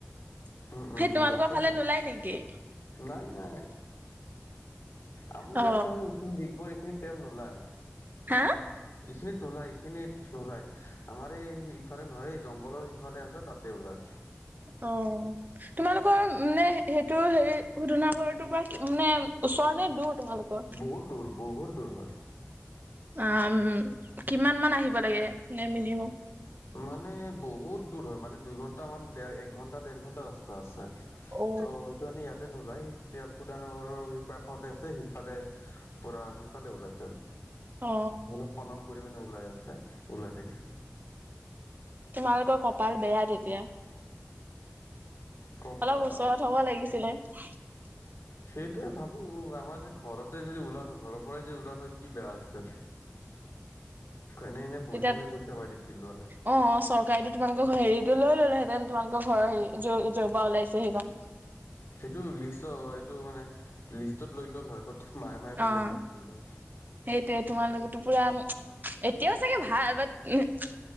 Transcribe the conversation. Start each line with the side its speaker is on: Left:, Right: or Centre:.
Right: সেই
Left: উম উম
Right: তোমালোকৰফালে
Left: গম পাইছো
Right: নোলায় নেকি?
Left: নাই নাই। আমি
Right: অ
Left: য'ত থাকোঁ, এইখিনি দিগবৈৰ এইখিনিত তেল নোলায়।
Right: হা
Left: এইখিনিত নোলায়, এইখিনিত নোলায়। আমাৰ এই ইফালে নহয়, এই জংঘলৰ সিফালে আছে, তাতে ওলায়।
Right: অ'। তোমালোকৰ মানে সেইটো হেৰি শোধনাগৰটোৰপৰা মানে ওচৰ নে দূৰ? তোমালোকৰ?
Left: বহুত দূৰ, বহুত দূৰ হয়।
Right: আম, কিমানমান আহিব লাগে, মানে মিনিমাম?
Left: মানে বহুত দূৰ হয়, মানে দুই ঘন্টা মান, দেৰ, এক ঘণ্টা, দেৰ ঘন্টা ৰাস্তা আছে।
Right: অ
Left: তো এইটো আনি ইয়াতে নোলায়, তেল সুদানাগৰৰ কাষতে আছে, সিফালে পুৰা সিফালে ওলাই তেল।
Right: অ
Left: অলপ খনন কৰি পিনে ওলাই আছে, ওলাই থাকে।
Right: তোমালোকৰ কপাল বেয়া তেতিয়া।
Left: কপাল
Right: অলপ ওচৰত হ'ব লাগিছিলে। <inaudible>
Left: এইটোয়ে ভাবোঁ আমাৰ যে ঘৰতে যদি ওলাল, ঘৰৰ পৰাই যদি ওলাল হয় কি বেয়া আছিল। এনে এনে
Right: তেতিয়া
Left: বহি কিনে পইচা পাই থাকিলোঁ হয়।
Right: অ' চৰকাৰেটো তোমালোকৰ হেৰিটো লৈ ললেহেঁতেন, তোমালোকৰ ঘৰৰ হেৰি য'ৰ য'ৰপৰা ওলাইছে সেইকন।
Left: সেইটো লিষ্ট, এইটো মানে লিষ্টত লৈ ল'ল হয়। পত মাহে মাহে পইচা
Right: অ
Left: দি থাকিল হয়।
Right: সেইটোৱে তোমালোকটো পুৰা, এতিয়াও চাগে ভাল, বাত